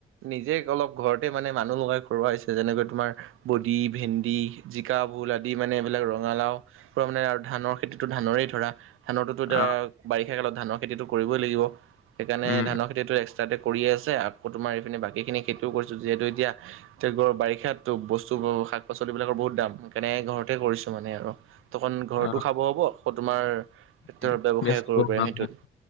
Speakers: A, on the right; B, on the left.
A: নিজে অলপ ঘৰতে মানে মানুহ লগাই <unintelligible> হৈছে যেনেকৈ তোমাৰ বডি, ভেন্দি জিকা, ভোল, আদি মানে এইবিলাক ৰঙালাও পৰা মানে আৰু ধানৰ খেতিতো ধানৰেই ধৰা। ধানৰটোতো
B: অ,
A: এতিয়া, বাৰিষা কালত ধানৰ খেতিটো কৰিবই লাগিব। সেইকাৰণে
B: উম,
A: ধানৰ খেতিটো এক্সট্ৰা কৰিয়ে আছে, আকৌ তোমাৰ এইপিনে বাকী খিনি খেতিও কৰিছো যিহেতু এতিয়া তে বাৰিষাতো বস্তু শাক-পাচলিৰ বিলাকৰ বহুত দাম, সেইকাৰনে ঘৰত কৰিছো মানে আৰু, ত' ঘৰতো
B: অ,
A: খাব হ'ব আকৌ তোমাৰ টেক্টৰৰ
B: উম,
A: ব্যৱসায়ো
B: বেচিব
A: কৰিব
B: পৰা
A: পাৰিম সেইটোত।
B: হয়।